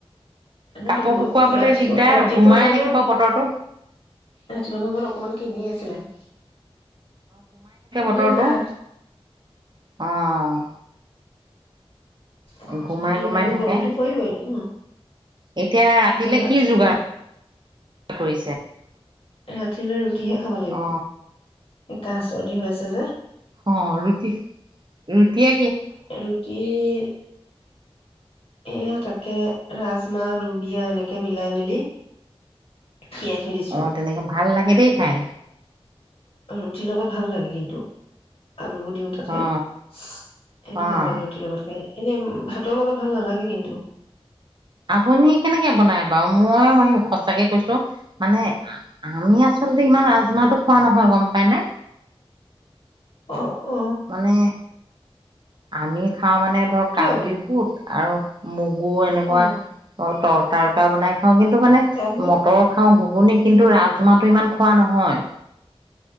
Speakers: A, on the left; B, on the right.
A: এনে
B: কাপোৰ
A: দুপৰ
B: শুকুৱাবলে
A: ৰাতিপুৱা
B: দিগদাৰ
A: ৰাতিপুৱা
B: গোমাই
A: ভাগত
B: থাকিব বতৰটো
A: ৰাতিপুৱা ভাগত অকমান কৰে দি আছিলে এতিয়া
B: তৰটো
A: নাই
B: আহ
A: গৰমৰ
B: গুমাই
A: দিন
B: গুমাই
A: আৰু
B: থাকে
A: গৰমটো পৰিবই ন
B: এতিয়া ৰাতিলে
A: ভাত
B: কি যোগাৰ
A: ভাত
B: কৰিছে
A: ৰাতিলৈ ৰুটিহে খাব লাগিব
B: অ
A: কাহ চৰ্দি হৈ আছে যে
B: অ ৰুটি ৰুটি
A: ৰুটিযে এয়া তাকে ৰাজমাহ লোবিয়া এনেকে মিলাই মেলি তিয়াই থৈ দিছো
B: অ তেনেকে ভাল লাগে দেই খাই
A: ৰুটিৰ লগত ভাল লাগে কিন্তু আলুও দিওঁ তাতে
B: অ
A: সেইটো
B: অ
A: ভাল লাগে ৰুটিৰ লগত খাই এনে ভাতৰ লগত ভাল নালাগে কিন্তু
B: আপুনি কেনেকে বনাই বাৰু মই বাৰু সঁচাকে কৈছো মানে আমি আচলতে ইমান মাহটো খোৱা নহয় গম পাই নে
A: অ অ
B: মানে আমি খাওঁ মানে ধৰক
A: কিয়
B: কাবুলী বুট আৰু মগু এনেকুৱা
A: অ
B: অ' তৰ -তাৰকা বনাই খা খাওঁ কিন্তু মানে
A: কাবু
B: মটৰ খাওঁ ঘুগুনি
A: উম
B: কিন্তু ৰাজমাত টো ইমান খোৱা নহয়।